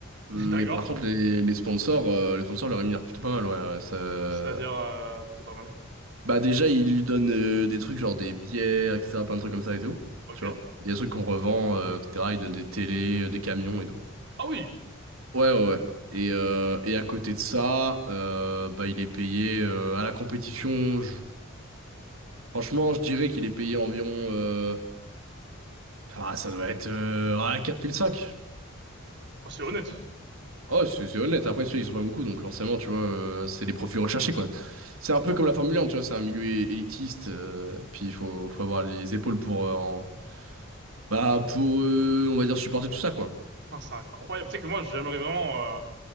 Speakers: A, on the right; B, on the right.
A: Mais
B: <laughs> D'accord.
A: par contre, les, les sponsors, euh, les sponsors le rémunèrent plutôt pas mal, ouais. ouais, ça-
B: C'est-à-dire euh, plutôt pas mal.
A: Bah déjà, ils lui donnent euh, des trucs genre des bières, etc., plein de trucs comme ça et tout,
B: Ok.
A: tu vois. Il y a des trucs qu'on revend, euh, etc. Ils donnent des télés, euh, des camions et tout.
B: Ah oui!
A: Ouais, ouais, ouais. Et, euh, et à côté de ça, euh, bah, il est payé euh, à la compétition. je- Franchement, je dirais qu'il est payé environ... euh, Ah, ça doit être euh, ouais, 4005.
B: Oh, c'est honnête.
A: Oh, c'est c'est honnête. Après, tu vois, ils sont pas beaucoup, donc forcément, tu vois, euh, c'est les profils recherchés, quoi. C'est un peu comme la Formule 1, tu vois, c'est un milieu é- élitiste, euh, puis il faut, faut avoir les épaules pour, euh, en- bah, pour, euh, on va dire, supporter tout ça, quoi.
B: Putain, c'est incroyable. Tu sais que moi, j'aimerais vraiment... euh,